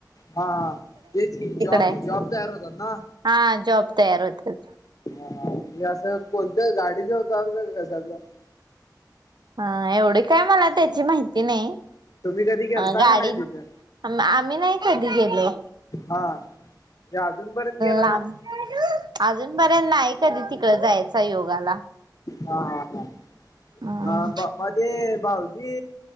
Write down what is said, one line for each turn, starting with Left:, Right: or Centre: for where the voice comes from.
Left: हा हा देच की, जॉब
Right: आहे.
Left: जॉब तयार होतात ना.
Right: हा जॉब तयार होत्यात.
Left: हा म्हजे असं कोणत्या गाडीचे होत आात का का कशातलं <unintelligible>
Right: हा एवढी काय मला त्याची माहिती नाही.
Left: तुम्ही कधी गेलता
Right: अ गाडी
Left: का नाही तिथं?
Right: आम आम्ही नाही कधी गेलो.
Left: हा. म्हणजे अजूनपर्यंत गेला
Right: लांब,
Left: नाही.
Right: अजूनपर्यंत नाही कधी तिकडं जायचा योग आला.
Left: हा हा
Right: हम्म.
Left: हा‌. मध्ये भाऊजी